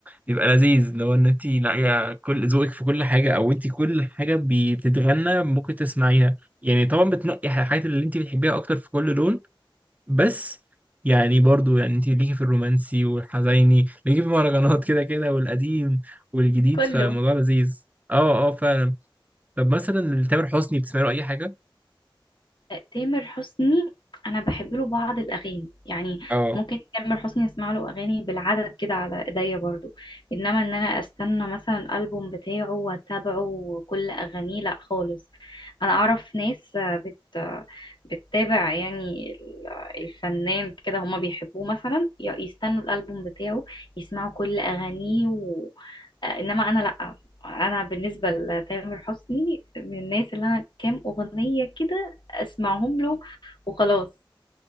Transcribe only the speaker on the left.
كله
تامر حسني انا بحب له بعض الاغاني يعني
ممكن تامر حسني اسمع له اغاني بالعدد كده على ايديا برضو انما ان انا استنى مثلا الالبوم بتاعه واتابعه كل اغانيه لا خالص انا اعرف ناس آه، بت آه، بتتابع يعني ال- الفنان كده هما بيحبوه مثلا ي- يستنوا الالبوم بتاعه يسمعوا كل اغانيه و... آه، انما انا لا انا بالنسبه لتامر حسني من الناس اللي انا كام اغنيه كده اسمعهم له وخلاص